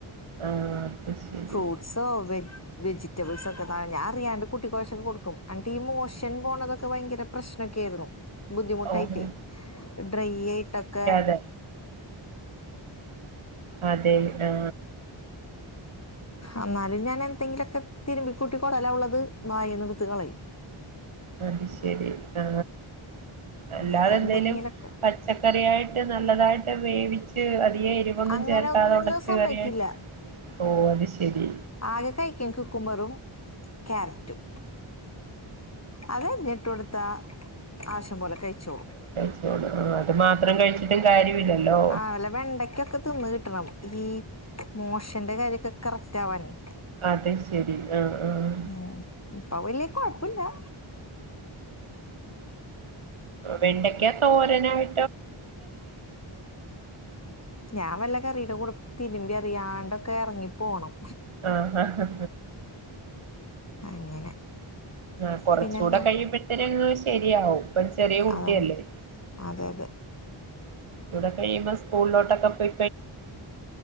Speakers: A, on the right; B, on the left.
A: ആഹ് അത് ശരി
B: ഫ്രൂട്ടസ് വെ വെജിറ്റബൾസ് ഞാൻ അറിയാണ്ട് കുട്ടി കൊയച്ചൊക്കെ കൊടുക്കും അൻക് ഈ മോഷൻ പോണതക്കെ ഭയര പ്രശ്നൊക്കെ ആയിരുന്നു ബുദ്ധിമുട്ടായിട്ടേ
A: ഓഹ്
B: ഡ്രൈയിട്ടൊക്കെ
A: ആ അതെ ആഹ
B: എന്നാലും ഞാൻ എന്തെങ്കിലൊക്കെ തിരുമ്പിക്കൂട്ടിക്കോടല ഉള്ളത് വായെന്ന് ടുത്ത് കളയും
A: അ ശരി ആ അല്ലാതെ
B: ഇപ്പൊ
A: എന്തേലും
B: എന്തെങ്കിലൊക്കെ
A: പച്ചക്കറിയായിട്ട് നല്ലതായിട്ട് വേവിച്ച് ഉ അ <unintelligible> വല്യ എരുവൊന്നും
B: അങ്ങനെ
A: ചേർത്താതെ
B: ഒന്നും
A: ഉടച്ച്
B: സമ്മയ്ക്കില്ല
A: കറിയ ഓ അത് ശെരി
B: ആകെ കഴിക്കും കുക്കുമ്പറും ക്യാരറ്റും. അത് തന്നെയിട്ട് കൊടുത്താ ആവശ്യം പോലെ കഴിച്ചോ.
A: <unintelligible> കഴിച്ചിട്ടും കാര്യമില്ലല്ലോ
B: ആ വെല്ല വെണ്ടക്കൊക്കെ തിന്ന് കിട്ടണം ഈ മോശന്റെ കാര്യക്കെ കറക്റ്റ് ആവാന്.
A: അത് ശരി. ആഹ് ആഹ്
B: ഉം <unintelligible> പില്ല.
A: വെണ്ടയ്ക്ക തോരനായി.
B: ഞാൻ വല്ല കറിയുടെ കൂടെ തിരുമ്പിയാ റിയാണ്ടൊക്കെ എർങ്ങിപ്പോണം.
A: ആ ആഹ്
B: അങ്ങനെ
A: ആ കൊറച്ചുകൂടെ
B: പിന്നെന്താ
A: കഴിയുമ്പോഴത്തേന് ശരി യാവും. ഇപ്പം ചെറിയ കുട്ടി
B: അതന്നെ
A: അല്ലേ.
B: അതെ അതെ
A: തുടെ കഴിയുമ്പോ സ്കൂളിലോട്ടൊക്കെ പോയ്